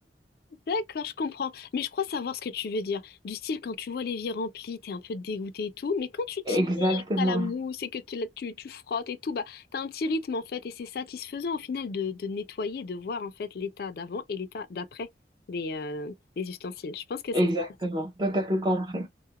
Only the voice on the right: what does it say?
Exactement,
exactement.
Toi, t'as tout compris.